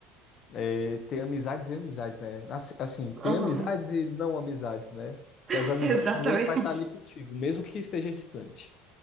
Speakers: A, on the left; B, on the right.
A: é, tem amizades e amizades, né? Assim, assim, tem
B: Aham,
A: amizades e não amizades, né?
B: <laughs>
A: Que as amizades
B: Exatamente.
A: mesmo vai estar ali contigo, mesmo que esteja distante.